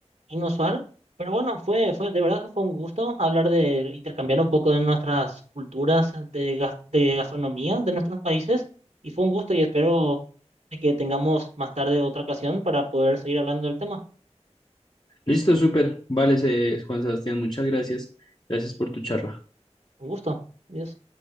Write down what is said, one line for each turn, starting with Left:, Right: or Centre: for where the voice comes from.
Right: inusual, pero bueno, fue, fue, de verdad que fue un gusto hablar de, intercambiar un poco de nuestras culturas de, gas- de gastronomía de nuestros países, y fue un gusto y espero de que tengamos más tarde otra ocasión para poder seguir hablando del tema.
Left: Listo, súper. Vale, se- Juan Sebastián, muchas gracias. Gracias por tu charla.
Right: Un gusto. Adiós.